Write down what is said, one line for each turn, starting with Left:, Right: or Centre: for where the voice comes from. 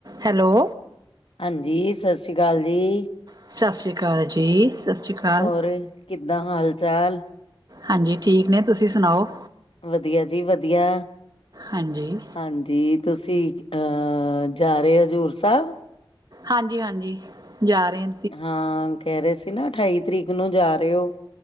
Right: Hello.
Left: ਹਾਂਜੀ, ਸਤਿ ਸ਼੍ਰੀ ਅਕਾਲ ਜੀ।
Right: ਸਤਿ ਸ਼੍ਰੀ ਅਕਾਲ ਜੀ। ਸ਼੍ਰੀ ਅਕਾਲ
Left: ਹੋਰ ਕਿੱਦਾਂ ਹਾਲ ਚਾਲ?
Right: ਹਾਂਜੀ ਠੀਕ ਨੇ। ਤੁਸੀਂ ਸੁਣਾਓ?
Left: ਵਧੀਆ ਜੀ ਵਧੀਆ।
Right: ਹਾਂਜੀ।
Left: ਹਾਂਜੀ, ਤੁਸੀਂ ਅਹ ਜਾ ਰਹੇ ਹੋ ਹਜ਼ੂਰ ਸਾਹਿਬ।
Right: ਹਾਂਜੀ -ਹਾਂਜੀ ਜਾ ਰਹੇ ਆਂ।
Left: ਹਾਂ ਕਹਿ ਰਹੇ ਸੀ ਨਾ ਅਠਾਈ ਤਰੀਕ ਨੂੰ ਜਾ ਰਹੇ ਹੋ।